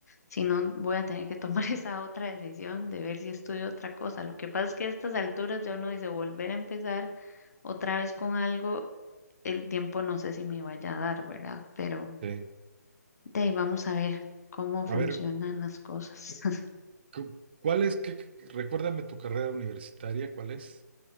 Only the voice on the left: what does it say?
Si no, voy a tener que tomar <laughs> esa otra decisión de ver si estudio otra cosa. Lo que pasa es que a estas alturas ya uno dice volver a empezar otra vez con algo, el tiempo no sé si me vaya a dar, ¿verdad? Pero
de ahí vamos a ver cómo funcionan
las cosas. <laughs>